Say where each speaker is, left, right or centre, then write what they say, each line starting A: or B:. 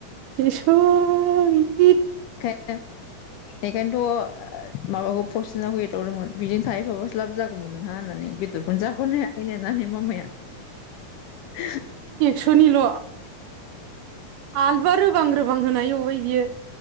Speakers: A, on the right; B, on the left.
A: एस'र <unintelligible>
B: ख <unintelligible> बेखायनोथ' माबाखौ पसिनखौ एदावदोंमोन बेजों थाहैफाबासो लाब जागौमोन नोंहा होननानै बेदर खनजखौनो हायाखै लनानै म माया <unintelligible>
A: सनिल' आलुया रोबां रोबां होना एवबाय बियो